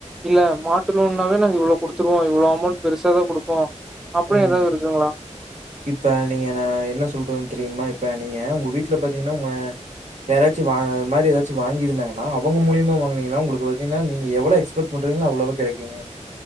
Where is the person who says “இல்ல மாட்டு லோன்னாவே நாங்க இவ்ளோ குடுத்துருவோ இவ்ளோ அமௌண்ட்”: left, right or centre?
Centre